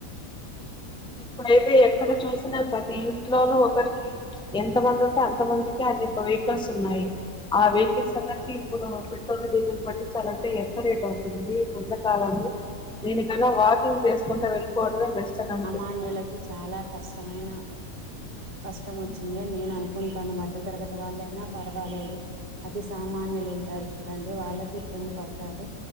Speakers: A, in the centre; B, on the right.
A: ఇప్పుడైతే ఎక్కడ చూసినా ప్రతి ఇంట్లోనూ ఒకరికి ఎంత మంది ఉంటే అంత మందికి అన్ని వెహికల్స్ ఉన్నాయి ఆ వెహికల్స్ అందరికి ఇప్పుడు పెట్రోల్ డీజిల్ పట్టించాలంటే ఎంత రేట్ ఉ ఎండకాలంలో దేనికన్నా వాకింగ్ చేసుకుంటా వెళ్ళిపోవడమే బెస్ట్ అని అనుకుంటు
B: నాన్యులకి చాలా కష్టమైన
A: <inaudible>
B: కష్టం వచ్చింది అని నేను అనుకుంటాను మధ్యతరగతి వాళ్ళయినా పర్వాలేదు అతి సామాన్యులు ఉంటారు చూడండి వాళ్ళ ఇబ్బంది పడతారు